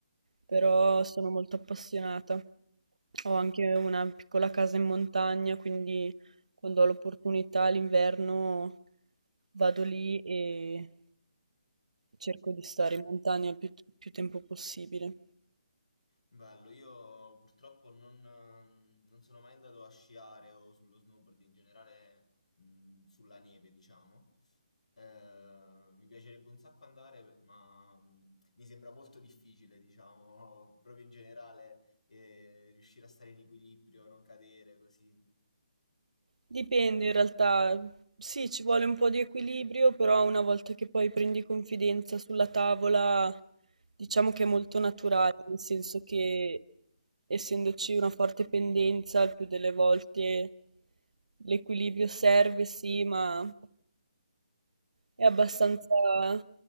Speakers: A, on the right; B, on the left.
A: però sono molto appassionata. Ho anche una piccola casa in montagna, quindi quando ho l'opportunità l'inverno vado lì e cerco di stare in montagna il più più tempo possibile.
B: Bello, io purtroppo non, ehm, non sono mai andato a sciare o sullo snowboard in generale, mh, sulla neve, diciamo. Eh, mi piacerebbe un sacco andare, ma mh, mi sembra molto difficile, diciamo, <laughs> proprio in generale, eh, riuscire a stare in equilibrio, non cadere così.
A: Dipende in realtà, sì, ci vuole un po' di equilibrio, però una volta che poi prendi confidenza sulla tavola, diciamo che è molto naturale, nel senso che essendoci una forte pendenza, il più delle volte l'equilibrio serve, sì, ma è abbastanza,
B: Mm,